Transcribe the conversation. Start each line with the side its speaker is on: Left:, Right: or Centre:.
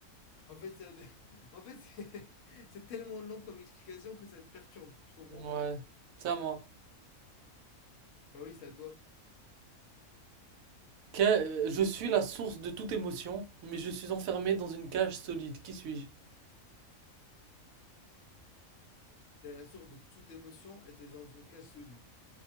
Left: En fait, ça- <laughs> en fait, c'est <laughs> c'est tellement long comme explication que ça te perturbe. Je comprends.
Right: Ouais, c'est à moi.
Left: Bah oui, c'est à toi.
Right: Que- euh, je suis la source de toute émotion, mais je suis enfermé dans une cage solide. Qui suis-je?
Left: T'es la source de toute émotion et t'es dans une cage solide.